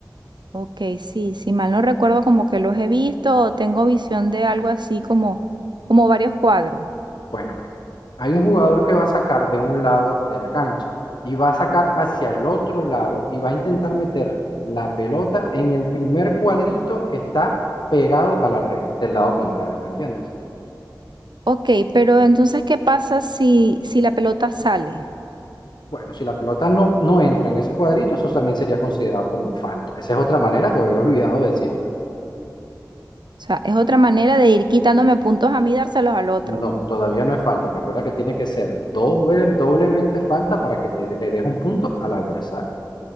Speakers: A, on the right; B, on the left.
A: Ok, sí, si mal no recuerdo, como que los he visto o tengo visión de algo así como, como varios cuadros.
B: Bueno, ve. Hay un jugador que va a sacar de un lado de la cancha y va a sacar hacia el otro lado y va a intentar meter la pelota en el primer cuadrito que está pegado a la red del lado contrario, ¿entiendes?
A: Ok, pero entonces, ¿qué pasa si, si la pelota sale?
B: Bueno, si la pelota no, no entra en ese cuadrito, eso también sería considerado como falta. Esa es otra manera que había olvidado decírtelo.
A: O sea, es otra manera de ir quitándome puntos a mí y dárselos al otro.
B: No, todavía no es falta. Recuerda que tiene que ser doble- doblemente falta para que te, le des un punto al adversario.